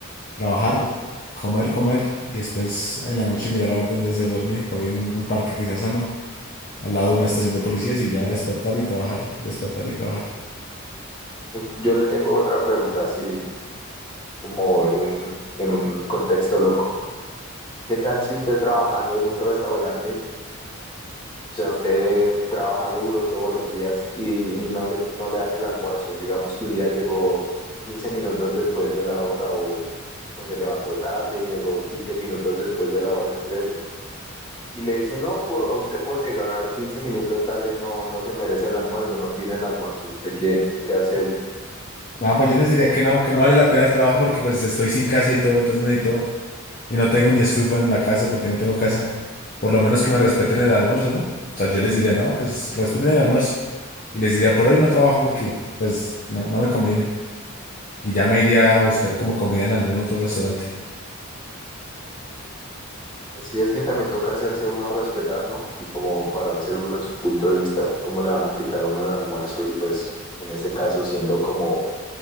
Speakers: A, on the left; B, on the left.
A: trabajar, comer, comer y después en la noche mirar a ver dónde se duerme, por ahí en algún parque que sea sano, al lado de una estación de policías y ya despertar y trabajar, despertar y trabajar.
B: Yo le tengo otra pregunta así, como en un, en un contexto loco. ¿Qué tal si usted trabajando en un restaurante, o sea, usted trabaja duro todos los días y, y no le, no le dan el almuerzo? Digamos que un día llegó 15 minutos después de la hora o, o se levantó tarde, y llegó 15 minutos después de la hora de ingreso y le dicen, no, por, a usted por llegar 15 minutos tarde no, no se merece el almuerzo, no tiene el almuerzo, ¿usted qué, qué hace ahí?
A: Nada, pues yo les diría que no, que no vale la pena el trabajo porque pues estoy sin casa y todo, entonces necesito Y no tengo ni estufa en la casa porque no tengo casa. Por lo menos que me respeten el almuerzo, ¿no? O sea, yo les diría, no, pues respeten el almuerzo. Y les diría, por hoy no trabajo porque, pues, no, no me conviene. Y ya me iría a buscar como comida en algún otro restaurante.
B: Sí, es que también toca hacerse a uno respetar, ¿no? Y como pararse duro en su punto de vista, cómo le van a quitar a uno el almuerzo y pues en ese caso siendo como